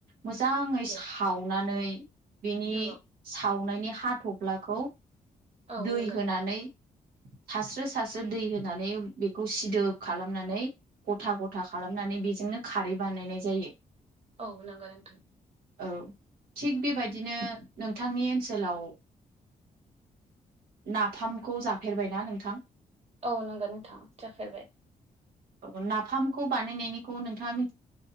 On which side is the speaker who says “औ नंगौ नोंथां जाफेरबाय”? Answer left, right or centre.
Right